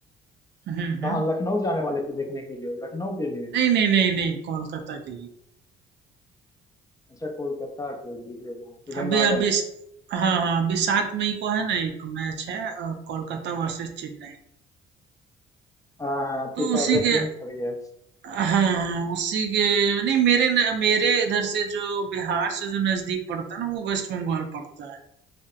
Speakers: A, on the right (about 60°); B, on the left (about 15°).
A: हम्म हम्म
B: कहाँ लखनऊ जाने वाले थे देखने के लिए लखनऊ के लिए
A: नहीं नहीं नहीं नहीं कोलकाता के लिए
B: अच्छा कोलकाता के लिए Eden
A: अभी
B: Garden
A: अभी हाँ हाँ अभी सात मई को है ना एक मैच है अ, कोलकाता वर्सेस चेन्नई
B: हाँ आपकी
A: तो उसी
B: फेवरेट
A: के
B: टीम का भी है
A: हाँ हाँ उसी के नहीं मेरे न, मेरे इधर से जो बिहार से जो नजदीक पड़ता है ना वो वेस्ट बंगाल पड़ता